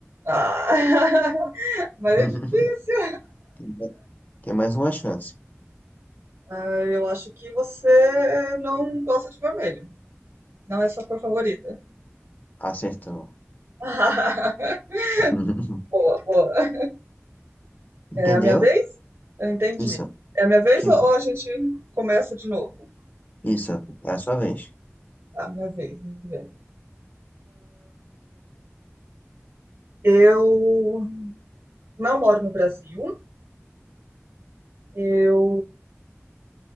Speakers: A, on the right (about 70°); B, on the left (about 35°).
A: Ah, <laughs> mas
B: <laughs>
A: é difícil.
B: Tem mais tem mais uma chance.
A: Ah, eu acho que você não gosta de vermelho. Não é sua cor favorita.
B: Acertou.
A: <laughs>
B: <laughs>
A: Boa, boa.
B: Entendeu?
A: É a minha vez? Eu entendi.
B: Isso.
A: É a minha vez
B: Que
A: ou ou
B: bom.
A: a gente começa de novo?
B: Isso. É a sua vez.
A: Tá, minha vez. vamos ver. Eu não moro no Brasil. Eu